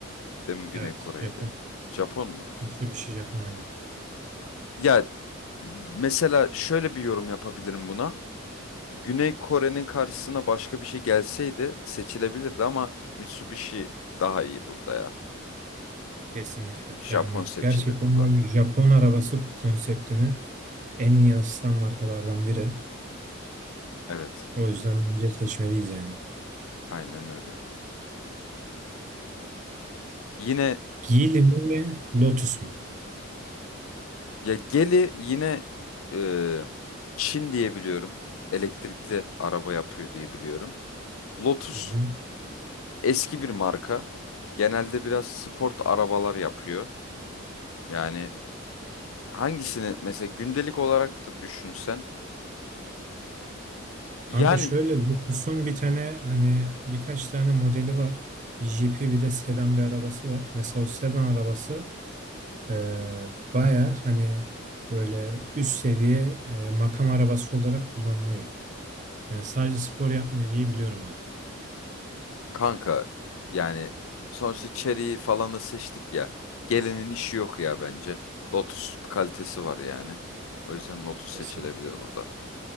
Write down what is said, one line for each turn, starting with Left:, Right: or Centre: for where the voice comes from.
Left: de mi Güney
Right: Evet,
Left: Kore'ydi?
Right: Japon.
Left: Japon mu?
Right: Mitsubishi Japon aynen.
Left: Ya mesela şöyle bir yorum yapabilirim buna. Güney Kore'nin karşısına başka bir şey gelseydi seçilebilirdi ama Mitsubishi daha iyi burada ya.
Right: Kesinlikle.
Left: Japon
Right: Yani
Left: seçilir
Right: gerçekten
Left: burada.
Right: o Japon arabası konseptini en iyi yansıtan markalardan biri.
Left: Evet,
Right: O yüzden bence seçmeliyiz yani.
Left: aynen öyle. Yine
Right: Geely mi? Lotus mu?
Left: ya Geli yine e, Çin diye biliyorum. Elektrikli araba yapıyor diye biliyorum. Lotus
Right: Hı hı.
Left: eski bir marka. Genelde biraz sport arabalar yapıyor. Yani hangisini mesela gündelik olarak da düşünsen.
Right: Kanka
Left: Yani
Right: şöyle Lotus'un bir tane hani birkaç tane modeli var. Bir jipi bir de sedan bir arabası var. Mesela o sedan arabası Eee baya hani böyle üst seviye eee, makam arabası olarak kullanılıyor. Yani sadece spor yapmıyor diye biliyorum ben.
Left: Kanka yani sonuçta Cherry'i falanı seçtik ya. Gelinin işi yok ya bence. Lotus kalitesi var yani. O yüzden Lotus seçilebilir
Right: Kesinlikle.
Left: burada.